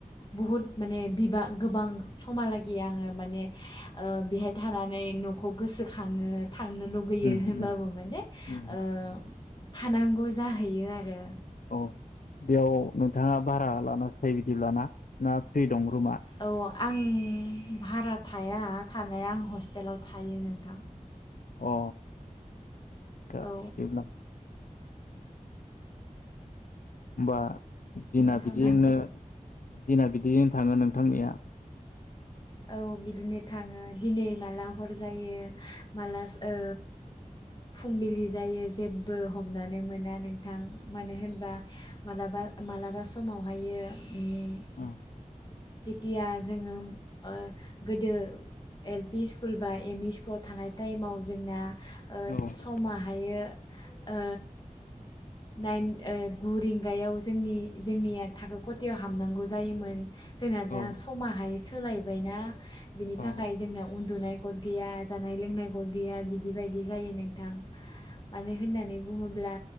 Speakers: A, on the left; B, on the left.
A: बहुद माने बिबां गोबां समालागे आंङो माने ओ बेहाय थानानै न'खौ गोसोखाङो थांनो लुगैयो
B: उम
A: होनबाबो
B: उम
A: माने
B: उम
A: ओ थानांगौ जाहैयो आरो
B: अ बेयाव नोंथाङा भारा लानासो थायो बिदिब्लाना ना फ्रि दं रुमा
A: औ आं भारा थाया थानाया आं हस्टेलाव थायो नोंथां
B: अ <unintelligible>
A: औ
B: बिदिब्ला होमबा दिना
A: नोंथाङा
B: बिदिनो दिना बिदिजों थांङो नोंथांनिया
A: औ बिदिनो थांङो दिनै माला हर जायो माला ओ फुंबिलि जायो जेबो हमनानै मोना नोंथां मानो होनबा मालाबा मालाबा समावहायो उम
B: औ
A: थिया जोंङो होम ओ गोदो एल पि स्कुल बा एम इ स्कुलाव थानाय टाइमाव जोंना ओ
B: औ
A: समा हायो ओ नाइन ओ गु रिंगायाव जोंनि जोंनिया थाखो खथायाव हाबनांगौ जायोमोन जोंना दा
B: औ
A: समाहाय सोलाय बायना बेनि
B: औ
A: थाखाय जोंना उन्दुनाय गट गैया जानाय लोंनाय गट गैया बिदि बादि जायो नोंथां मानो होननानै बुङोब्ला